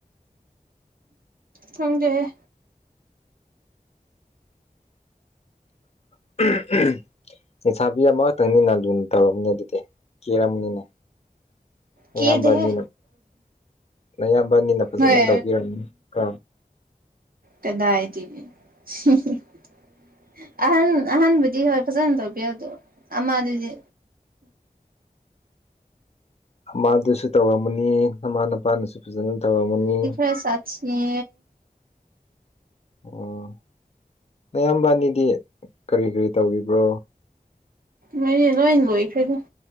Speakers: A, on the right; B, on the left.
A: ꯈꯪꯗꯦꯍꯦ
B: <unintelligible> ꯂꯩꯁꯥꯕꯤ ꯑꯃꯈꯛꯇꯪꯅꯤꯅ ꯂꯨꯅ ꯇꯧꯔꯝꯅꯦ ꯑꯗꯨꯗꯤ ꯀꯦꯔꯝꯅꯤꯅꯦ ꯅꯌꯥꯝꯕ
A: ꯀꯦꯗꯦꯍꯦ
B: ꯑꯅꯤꯅ ꯅꯌꯥꯝꯕ ꯑꯅꯤꯅ ꯐꯖꯅ
A: ꯅꯣꯏ
B: ꯇꯧꯕꯤꯔꯝꯅꯤ ꯀꯣ
A: ꯀꯗꯥꯏꯇꯒꯤ <unintelligible> ꯑꯍꯟ ꯑꯍꯟꯕꯨꯗꯤ ꯍꯣꯏ ꯐꯖꯅ ꯇꯧꯕꯤꯌꯦ ꯑꯗꯣ ꯑꯃꯗꯨꯗꯤ
B: ꯑꯃꯥꯗꯨꯁꯨ ꯇꯧꯔꯝꯃꯅꯤ ꯅꯃꯥ ꯅꯄꯥꯅꯁꯨ ꯐꯖꯅ ꯇꯧꯔꯝꯃꯅꯤ
A: ꯍꯦꯁꯥꯠꯁ ꯌꯦ
B: ꯑ‌ꯣ ꯅꯌꯥꯝꯕ ꯑꯅꯤꯗꯤ ꯀꯔꯤ ꯀꯔꯤ ꯇꯧꯔꯤꯕ꯭ꯔꯣ
A: ꯃ‌ꯣꯏꯅꯤ ꯂꯣꯏ ꯂꯣꯏꯈ꯭ꯔꯦꯗ